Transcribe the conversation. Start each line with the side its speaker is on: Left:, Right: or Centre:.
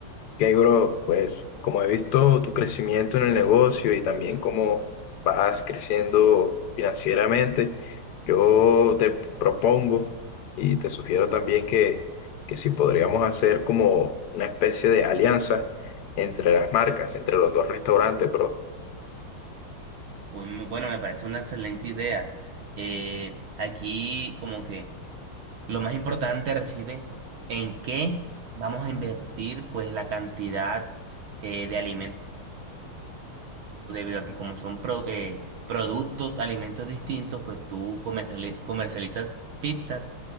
Left: Que bro, pues como he visto tu crecimiento en el negocio y también cómo vas creciendo financieramente, yo te propongo y te sugiero también que, que si podríamos hacer como una especie de alianza entre las marcas, entre los dos restaurantes, bro
Right: Un- bueno, me parece una excelente idea. Eh, aquí como que lo más importante reside en qué vamos a invertir pues la cantidad eh, de alimentos debido a que como son pro- eh, productos, alimentos distintos, pues tú comerciali- comercializas pizzas